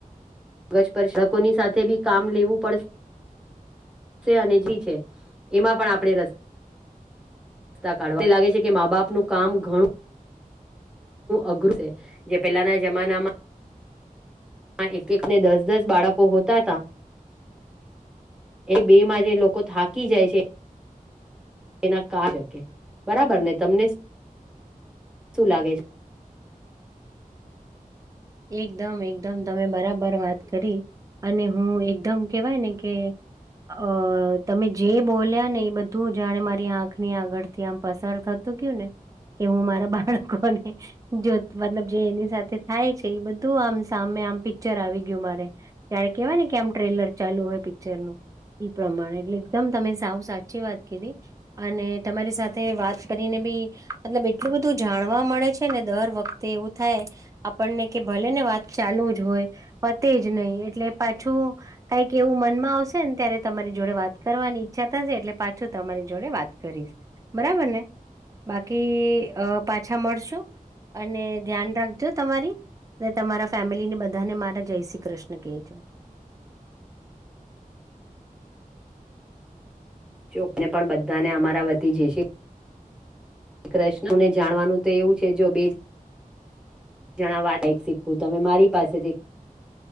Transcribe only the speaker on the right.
એકદમ એકદમ તમે બરાબર વાત કરી. અને હું એકદમ કેવાય ને કે અ તમે જે બોલ્યા ને એ બધું જાણે મારી આંખની આગળ તથી આમ પસાર થતું ગયું ને કે હું મારા બાળકોને જો મતલબ જે એની સાથે થાય છે. એ બધું આમ સામે આમ પિક્ચર આવી ગયું મારે ત્યારે કેહેવાય ને કે આમ ટ્રેલર ચાલુ હોય પિક્ચર નુ ઈ પ્રમાણે એટલે એકદમ તમે સાવ સાચી વાત કીધી અને તમારી સાથે વાત કરીને બી મતલબ એટલું બધું જાણવા મળે છેને દર વખ તે એવું થાય આપ પણને કે ભલેને વાત ચાલુ જ હોય પતે જ નહીં એટલે પાછું કાઈક એવું મનમાં આવશે ને ત્યારે તમારી જોડે વાત કરવાની ઈચ્છા થશે એટલે પાછું તમારી જોડે વાત કરીશ. બરાબર ને? બાકી પાછા મળશું અને ધ્યાન રાખજો તમારી. અને તમારા ફેમિલીને બધાને મારા જય શ્રી કૃષ્ણ કહેજો.